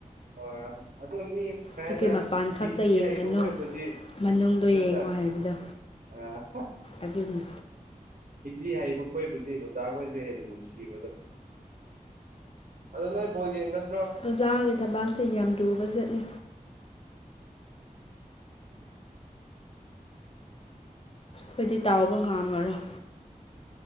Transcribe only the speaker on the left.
ꯑꯗꯨꯒꯤ
ꯃꯄꯥꯟ ꯈꯛꯇ
ꯌꯦꯡꯒꯅꯨ
ꯃꯅꯨꯡꯗꯣ
ꯌꯦꯡꯉꯣ ꯍꯥꯏꯕꯗꯣ
ꯑꯗꯨꯅꯤ
ꯑꯣꯖꯥꯒꯤ ꯊꯕꯥꯛꯁꯦ ꯌꯥꯝ ꯂꯨꯕ ꯆꯠꯂꯤ ꯈꯣꯏꯗꯤ ꯇꯥꯎꯕ ꯉꯥꯝꯃꯔꯣꯏ